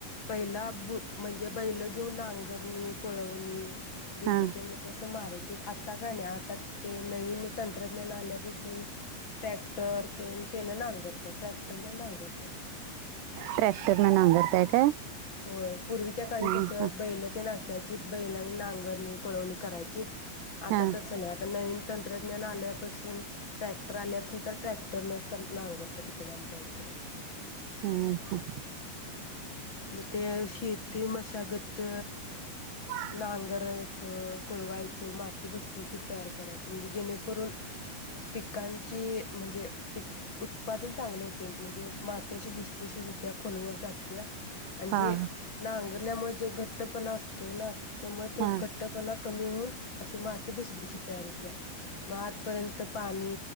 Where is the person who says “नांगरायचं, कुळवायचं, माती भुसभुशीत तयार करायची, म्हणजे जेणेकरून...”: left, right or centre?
Left